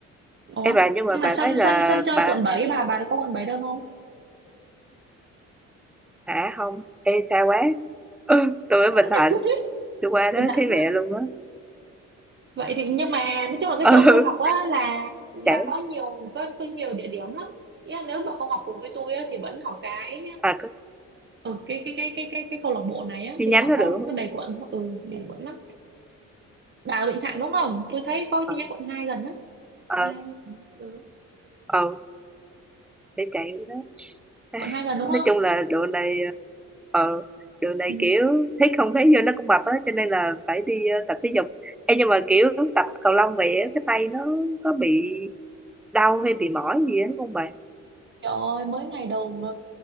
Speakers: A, on the right (about 40°); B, in the centre.
A: ủa
B: em bà nhưng mà
A: nhưng mà
B: bà
A: sân
B: thấy
A: sân
B: là
A: sân chơi
B: bà
A: quận bảy bà bà có quận 7 đâu không
B: hả không ê xa quá ừ, tôi ở
A: <laughs>
B: Bình Thạnh tôi qua đó
A: Bình Thạnh
B: thấy mẹ
A: à.
B: luôn á
A: Vậy thì nhưng mà nói chung là cái
B: ừ
A: chỗ
B: <laughs>
A: tôi học á là là
B: chạy
A: có nhiều có có nhiều địa điểm lắm. Nghĩa là nếu mà không học cùng với tôi á thì vẫn học cái
B: à có
A: ừ, cái cái cái cái cái cái câu lạc bộ này á
B: chi
A: thì
B: nhánh
A: họ
B: đó
A: có
B: được
A: đầy quận ừ Ừ. nhiều quận lắm. Bà ở Bình Thạnh đúng không?
B: không
A: Tôi thấy có
B: Ờ,
A: chi nhánh quận 2 gần á.
B: ờ.
A: hai lần, ừ.
B: ờ để chạy đó Ai,
A: còn hai lần đúng
B: nói
A: không
B: chung là độ này ờ độ này
A: ừ.
B: kiểu thấy không thấy vô nó cũng mập á cho nên là phải đi ờ, tập thể dục Ê, nhưng mà kiểu tập cầu lông vậy á, cái tay nó có bị đau hay bị mỏi gì á không bạn
A: trời ơi mới ngày đầu mà